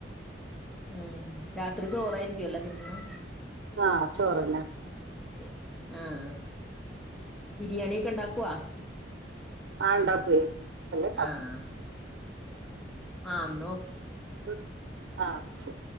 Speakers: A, in the centre; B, on the right.
A: ഉം രാത്രി ചോറായിരിക്കുവല്ലോ തിന്നണേ
B: ആഹ ചോറല്ല
A: ചോ ആഹ ബിരിയാണിൊക്കെ ഇണ്ടാക്കവാ
B: ആഹ ഉണ്ടാക്കയേ അല്ലൊക്ക
A: ആഹ് ആഹ് നോ
B: ഉ ആഹ് ശരി